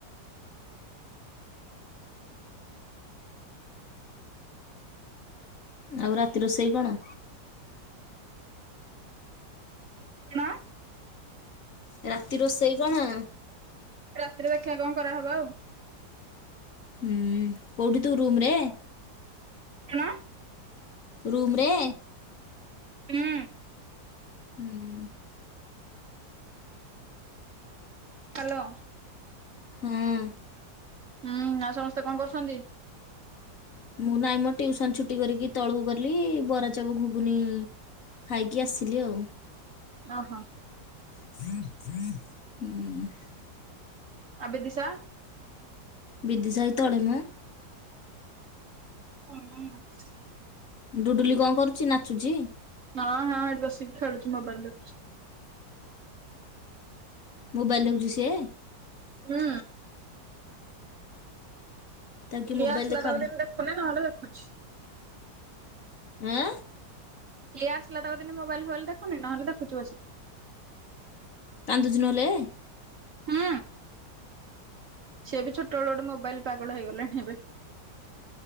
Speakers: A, on the left; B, on the right.
A: ଆଉ ରାତି ରୋଷେଇ କଣ?
B: କଣ?
A: ରାତି ରୋଷେଇ କଣ?
B: ରାତିରେ ଦେଖିବା କଣ କରାହବ ଆଉ।
A: ହୁଁ କୋଉଠି ତୁ ରୁମ ରେ।
B: କଣ?
A: ରୁମରେ?
B: ହୁଁ
A: ହୁଁ
B: ହ୍ୟାଲୋ।
A: ହୁଁ।
B: ହୁଁ ଆଉ ସମସ୍ତେ କଣ କରୁସନ୍ତି?
A: ମୁଁ ନାଇଁ ମ ଟ୍ୟୁଉସନ ଛୁଟି କରିକି ତଳକୁ କଲି ବରା, ଚପ୍ ଘୁଗୁନି ଖାଇକି ଆସିଲି ଆଉ।
B: ଓହୋ।
A: ହୁଁ
B: ଆବେ ଦିସା।
A: ବିଦିଶା ଏଇ ତଳେ ମୁଁ।
B: ହଁ
A: ଡୁଡୁଲି କଣ କରୁଚି? ନା ଚୁଚି।
B: ହଁ ହଁ ଏଇଠି ବସିକି ଖେଳୁଚି ମୋବାଇଲ ଦେଖୁଚି।
A: ମୋବାଇଲ ଦେଖୁଚି ସିଏ?
B: ହୁଁ
A: ତାକୁ କିଏ
B: ଇଏ
A: ମୋବାଇଲ
B: ଆସିଲା
A: ଦେଖା
B: କାଳୁ ଦିନ ଦେଖୁନେ ନହେଲେ ଦେଖୁଚି।
A: ଆଁ?
B: ଇଏ ଆସିଲା <unintelligible> ମୋବାଇଲ ଫୋବାଇଲ ଦେଖୁନି ନହଲେ ଦେଖୁଛୁ ବସିକି।
A: କାନ୍ଦୁଛି ନହେଲେ?
B: ହୁଁ ସେ ବି ଛୋଟବେଳୁ ଗୋଟେ ମୋବାଇଲ ପାଗଳ ହେଇଗଲାଣି ଏବେ।